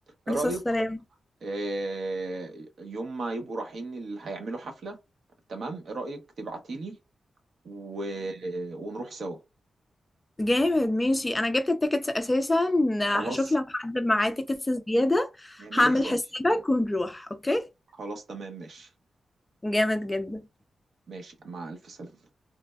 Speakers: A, on the right (about 55°); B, on the left (about 15°).
A: إيه
B: عليه
A: رايك
B: الصلاه والسلام
A: آه، يوم ما يبقوا رايحين اللي هيعملوا حفله تمام ايه رايك تبعتي لي و... ونروح سوا
B: جامد ماشي انا جبت التيكتس اساسا
A: خلاص
B: هشوف لو حد معاه تيكتس زيادة
A: اعملي
B: هعمل
A: حسابي
B: حسابك ونروح اوكي
A: خلاص تمام ماشي
B: جامد جدا
A: ماشي مع الف سلامه